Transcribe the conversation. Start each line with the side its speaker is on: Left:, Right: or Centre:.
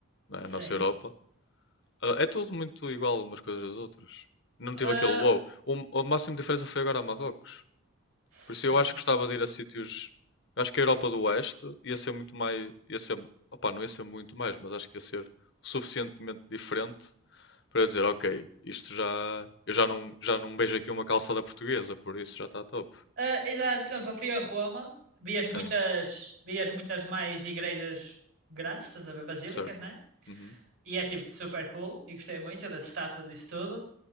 Left: né?
Right: Sim.
Left: A nossa Europa... Ah, é tudo muito igual umas coisas às outras. Não tive
Right: Eh,
Left: aquele wow. O, o máximo de diferença foi agora a Marrocos.
Right: sim.
Left: Por isso eu acho que gostava de ir a sítios. eu Acho que a Europa do Oeste ia ser muito mais. Ia ser, opá, não ia ser muito mais, mas acho que ia ser suficientemente diferente para eu dizer, ok, isto já. Eu já não, já não beijo aqui uma calçada portuguesa, por isso já está top.
Right: Eh, exato, por exemplo, eu fui a Roma, vias
Left: Sim,
Right: muitas, vias muitas mais igrejas grandes, estás a ver, basílicas,
Left: certo.
Right: né?
Left: Uhum.
Right: E é tipo super cool, e gostei muito das estátuas e isso tudo.